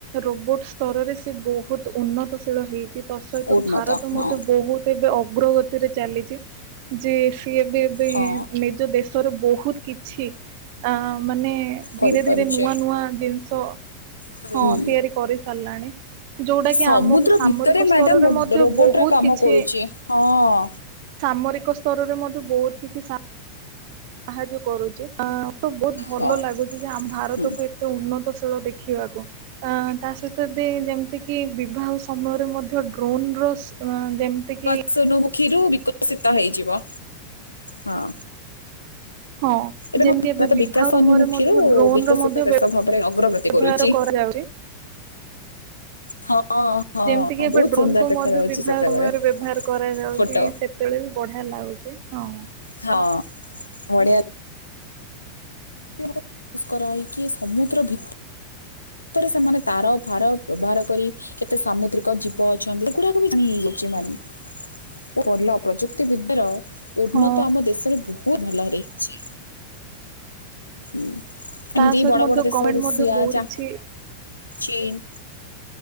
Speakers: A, on the right (about 45°); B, on the left (about 85°).
A: ରୋବୋଟ ସ୍ତରରେ ସେ ବହୁତ ଉନ୍ନତଶୀଳ ହେଇଛି। ତ ସହିତ
B: ଉନ୍ନତ
A: ଭାରତ
B: ହଁ
A: ମଧ୍ୟ ବହୁତ ଏବେ ଅଗ୍ରଗତିରେ ଚାଲିଛି ଯେ ସିଏ ଏବେ
B: ହଁ
A: ନିଜ ଦେଶରେ ବହୁତ କିଛି ଅଁ ମାନେ
B: କରିପାରୁଛେ
A: ଧୀରେ ଧୀରେ ନୂଆ ନୂଆ ଜିନିଷ
B: ହୁଁ
A: ହଁ ତିଆରି କରି ସାରିଲାଣି। ଯୋଉଟା କି
B: ସମୁଦ୍ର
A: ଆମକୁ ସାମରିକ
B: ଭିତରେ ମ୍ୟାଡ଼ାମ୍
A: ସ୍ତରରେ ମଧ୍ୟ
B: ରୋବୋଟ୍ରେ
A: ବହୁତ
B: କାମ
A: କିଛି
B: କରୁଛି ହଁ
A: ସାମରିକ ସ୍ତରରେ ମଧ୍ୟ ବହୁତ କିଛି ସା ସାହାଯ୍ୟ କରୁଛି ଆଁ ତ ବହୁତ ଭଲ
B: ହଁ
A: ଲାଗୁଛି ଯେ ଆମ ଭାରତକୁ
B: ହୁଁ
A: ଏତେ ଉନ୍ନତଶୀଳ ଦେଖିବାକୁ ଅ ତା ସହିତ ଏବେ ଯେମିତି କି ବିବାହ ସମୟରେ ମଧ୍ୟ, ଡ୍ରୋନ ର ଯେମିତି କି,
B: ସ୍ୱର୍ଣ୍ଣ ମୁଖୀରୁ ବିକଶିତ ହେଇଯିବ। ହଁ
A: ହଁ
B: ଏବେ
A: ଯେମିତି
B: ଭାରତ
A: ବିବାହ
B: ବିକାଶ
A: ସମୟରେ
B: ଅନୁମୁଖୀରୁ,
A: ମଧ୍ୟ ଡ୍ରୋନ
B: ବିକଶିତ
A: ର ମଧ୍ୟ
B: ଦେଶ ଭାବରେ ଅଗ୍ରଗତି
A: ବ୍ୟବହାର
B: କରୁଚି।
A: କରାଯାଉଛି
B: ହଁ। ହଁ
A: ଯେମିତିକି, ଏବେ
B: ବହୁତ
A: ଡ୍ରୋନ୍
B: ସୁନ୍ଦର
A: କୁ
B: ଦେଖାଯାଉଛି
A: ମଧ୍ୟ ବିବାହ
B: ସେତେବେଳେ
A: ସମୟରେ ବ୍ୟବହାର କରାଯାଉଛି।
B: ଫଟୋ
A: ସେତେବେଳେ ବି ବଢିଆ ଲାଗୁଛି, ହଁ।
B: ହଁ। ବଢିଆ <unintelligible> ଏ କରାଇକି, ସମୁଦ୍ର ଭିତରେ ଥରେ ସେମାନେ ତାର, ଫାର, ବ୍ୟବହାର କରି କେତେ ସାମୁଦ୍ରିକ ଜୀବ ଅଛନ୍ତି। ଏଗୁଡାକ ବି ହେଇଯାଉଚି। ମାନେ <unintelligible> ପ୍ରଲ ପ୍ରଯୁକ୍ତି ବିଦ୍ୟାର ଉନ୍ନତ
A: ହଁ
B: ଆମ ଦେଶରେ, ବହୁତ ଭଲ ରହିଚି, ଉଁ।
A: ତା
B: ଏମିତି କି
A: ସହିତ
B: ବଡ
A: ମଧ୍ୟ
B: ବଡ
A: ଗଭର୍ଣମେଣ୍ଟ
B: ଦେଶ ରୁଷିଆ,
A: ମଧ୍ୟ ବହୁତ
B: ଜା
A: କିଛି
B: ଚୀନ୍